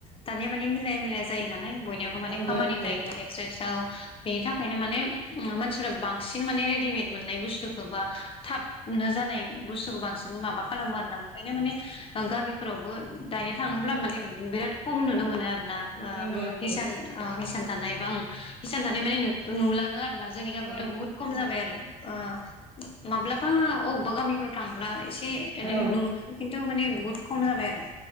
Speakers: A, on the left (about 30°); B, on the right (about 85°).
A: दानिया माने मिलाया मिलाया जायो नालाय बयनियाबो माने
B: नंगौ
A: खामानि
B: नंगौ
A: थायो आरो <unintelligible> बेनि थाखायनो माने मानसिफोरा बांसिन माने रेडिमेड मोननाय बुस्थुखौ बा थाब नो जानाय बुस्थुखौ बांसिन माबा खालामो आरो ना ओंखायनो माने गामिफोरावबो दानिया थाङोब्ला माने बिराद खम नुनो मोनो आरो ना ओ
B: नंगौ नंगौ
A: हिसान ओ हिसान दानाय बा हिसान दानाय माने नु नुलानो आरो जोंनि गामियावथ
B: औ
A: बुहुत खम जाबाय आरो ओ माब्लाबा अबेबा गामिफ्राव थांब्ला एसे एनै
B: औ
A: नुनो मोनो खिनथु माने बहुत खम जाबाय आरो